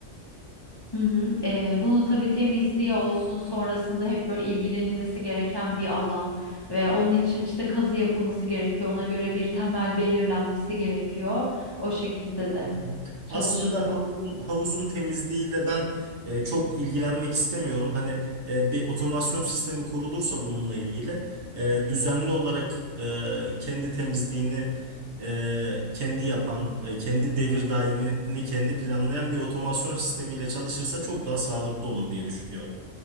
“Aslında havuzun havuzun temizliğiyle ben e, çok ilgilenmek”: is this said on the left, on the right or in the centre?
Right